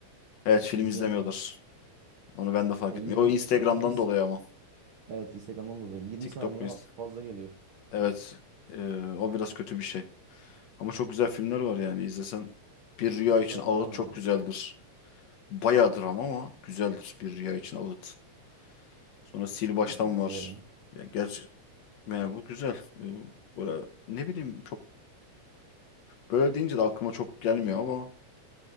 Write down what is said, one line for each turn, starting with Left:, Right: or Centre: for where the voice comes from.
Left: Evet
Right: pek
Left: film
Right: İzleyemiyorum
Left: izlemiyordur. Onu ben de fark
Right: Yani
Left: etmiyorum.
Right: 20
Left: O Instagram'dan
Right: 20 s-
Left: dolayı ama.
Right: evet Instagram'dan dolayı Yirmi
Left: TikTok
Right: saniye
Left: ve
Right: ma-
Left: Inst-
Right: fazla geliyor.
Left: Evet. Ee, o biraz kötü bir şey. Ama çok güzel filmler var yani. İzlesen Bir Rüya
Right: Çok
Left: için
Right: güzel filmler
Left: Ağıt
Right: var
Left: çok
Right: hocam.
Left: güzeldir. Bayağı dram ama güzeldir Bir Rüya için Ağıt. Sonra Sil Baştan
Right: E, İzleriz
Left: var.
Right: ya.
Left: Ya gerçi yani bu güzel. Ee, Böyle ne bileyim çok böyle deyince de aklıma çok gelmiyor ama